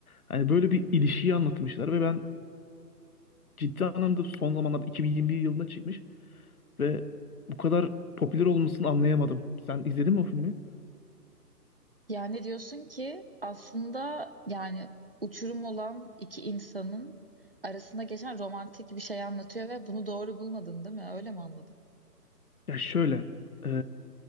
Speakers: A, on the left; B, on the right.
A: Hani böyle bir ilişkiyi anlatmışlar ve ben ciddi anlamda son zamanlarda 2021 yılında çıkmış ve bu kadar popüler olmasını anlayamadım. Sen izledin mi o filmi?
B: Yani diyorsun ki aslında yani uçurum olan iki insanın arasında geçen romantik bir şey anlatıyor ve bunu doğru bulmadın değil mi? Öyle mi anladım?
A: Ya şöyle, e,